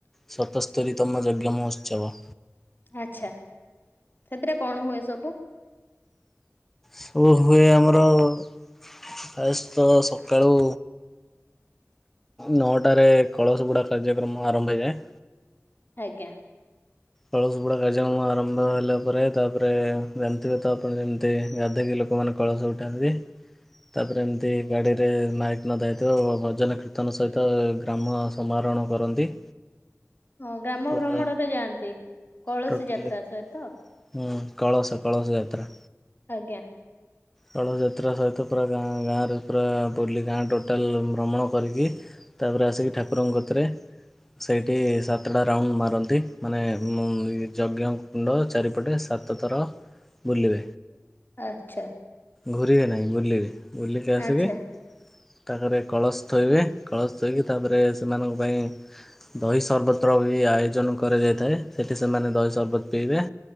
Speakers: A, in the centre; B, on the left.
A: ସତସ୍ତରୀ ତମ ଯଜ୍ଞ ମହୋତ୍ସବ?
B: ଆଛା ସେଥିରେ କଣ ହୁଏ ସବୁ।
A: ସବୁ ହୁଏ ଆମର ପ୍ରାୟସ୍ତ ସକାଳୁ ନଅଟାରେ କଳସ ବୁଡ଼ା କାର୍ଯ୍ୟକ୍ରମ ଆରମ୍ଭ ହେଇଯାଏ।
B: ଆଜ୍ଞା।
A: କଳସବୁଡ଼ା କାର୍ଯ୍ୟକ୍ରମ ଆରମ୍ଭ ହେଲା ପରେ ତାପରେ ଜାଣିଥିବେ ତ ଆପଣ ଯେମିତି ଗାଧେଇକି ଲୋ ଲୋକମାନେ କଳସ ଉଠାନ୍ତି।
B: ହ <inaudible>
A: ତାପରେ ଏମିତି ଗାଡ଼ି ରେ ମାଇକ ନଦା ହେଇଥିବ ଭଜନ କୀର୍ତ୍ତନ ସହିତ ଗ୍ରାମ ସମାରୋହଣ କରନ୍ତି।
B: ହଁ ଗ୍ରାମ
A: ପୁରା
B: ଭ୍ରମଣରେ ଯାଆନ୍ତି କଳସୀ
A: ଟୋଟାଲି
B: ଯାତ୍ରା ସହିତ।
A: ହୁଁ କଳସ କଳସ ଯାତ୍ରା।
B: ଆଜ୍ଞା।
A: କଳସ ଯାତ୍ରା ସହିତ ପୁରା ଗାଁ ଗାଁରେ ପୁରା ବୁଲି ଗାଁ ଟୋଟାଲ ଭ୍ରମଣ କରିକି ତାପରେ ଆସିକି ଠାକୁରଙ୍କ କତିରେ ସେଇଠି ସା ସାତଟା ରାଉଣ୍ଡ ମାରନ୍ତି ମାନେ ଯଜ୍ଞ କୁଣ୍ଡ ଚାରିପଟେ ସାତ ଥର ବୁଲିବେ
B: ଆଚ୍ଛା।
A: ଘୁରିବେ ନାଇଁ ବୁଲିବେ ବୁଲିକି ଆସିକି
B: ଆଚ୍ଛା
A: ତାପରେ କଳସ ଥୋଇବେ କଳସ ଥୋଇକି ତାପରେ ସେମାନଙ୍କ ପାଇଁ ଦହି ସରବତର ବି ଆୟୋଜନ କରାଯାଇଥାଏ ସେଠି ସେମାନେ ଦହି ସର୍ବତ ପିଇବେ।